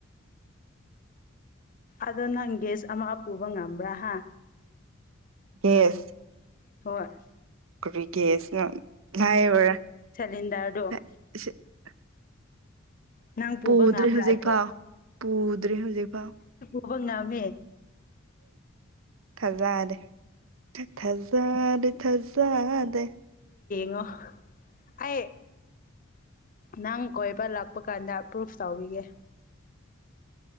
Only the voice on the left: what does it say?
ꯑꯗꯣ ꯅꯪ ꯒꯦꯁ ꯑꯃ ꯄꯨꯕ ꯉꯝꯕ꯭ꯔꯥ ꯍꯥ
ꯍꯣꯏꯣꯏ
ꯁꯤꯂꯤꯟꯗꯔꯗꯨ
ꯅꯪ ꯄꯨꯕ
ꯉꯝꯕ꯭ꯔꯥ
ꯑꯗꯣ
ꯑꯕ ꯉꯃꯤ
ꯉꯣ ꯑ ꯅꯪ ꯀꯣꯏꯕ ꯂꯥꯛꯄ ꯀꯥꯟꯗ ꯄ꯭ꯔꯨꯐ ꯇꯧꯔꯤꯒꯦ